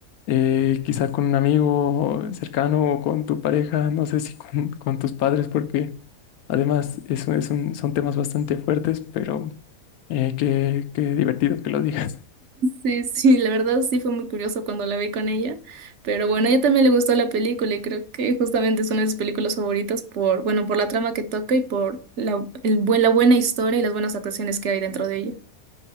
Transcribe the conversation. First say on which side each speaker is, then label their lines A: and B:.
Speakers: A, on the left; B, on the right.
A: eh, quizá con un amigo cercano o con tu pareja, no sé si con, con tus padres, porque además eso es un- son temas bastante fuertes, pero eh, qué, qué divertido que lo digas.
B: Sí, sí, la verdad sí fue muy curioso cuando la vi con ella, pero bueno, a ella también le gustó la película y creo que justamente es una de sus películas favoritas por, bueno, por la trama que toca y por la, el buen, la buena historia y las buenas actuaciones que hay dentro de ella.